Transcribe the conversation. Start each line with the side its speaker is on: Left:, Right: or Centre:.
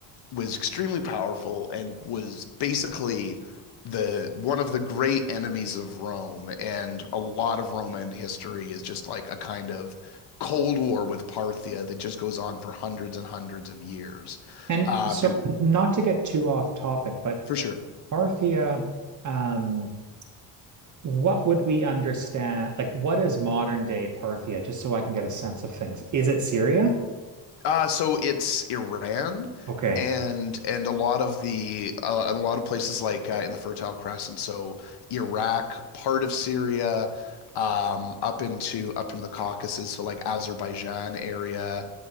Left: was extremely powerful and was basically the one of the great enemies of Rome. And a lot of Roman history is just like a kind of Cold War with Parthia that just goes on for hundreds and hundreds of years.
Right: And
Left: Uh,
Right: so,
Left: be,
Right: not to get too off topic, but
Left: for sure.
Right: Parthia, um, what would we understand? Like, what is modern day Parthia? Just so I can get a sense of things. Is it Syria?
Left: Uh, so it's Iran
Right: Okay.
Left: and and a lot of the uh, and a lot of places like uh, in the Fertile Crescent, so Iraq, part of Syria, um, up into up into the Caucasus, so like Azerbaijan area.